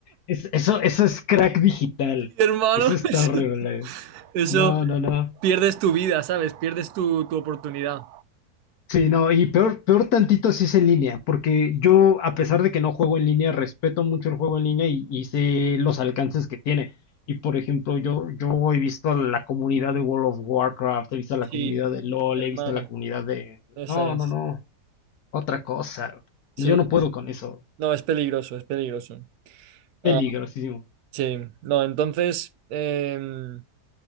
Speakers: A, on the left; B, on the right.
A: es- eso, eso es crack digital.
B: <laughs> hermano,
A: Eso está
B: <laughs> eso,
A: horrible.
B: eso
A: No, no, no.
B: pierdes tu vida, ¿sabes? Pierdes tu, tu oportunidad.
A: Sí, no, y peor, peor tantito si es en línea, porque yo, a pesar de que no juego en línea, respeto mucho el juego en línea y, y sé los alcances que tiene. Y por ejemplo, yo, yo he visto a la comunidad de World of Warcraft, he visto a la
B: Sí,
A: comunidad de LOL,
B: hermano,
A: he visto a la comunidad de...
B: esa
A: No,
B: es.
A: no, no, otra cosa.
B: Sí,
A: Yo no puedo con eso.
B: no, es peligroso, es peligroso.
A: Peligrosísimo.
B: Ah, Sí, no, entonces em,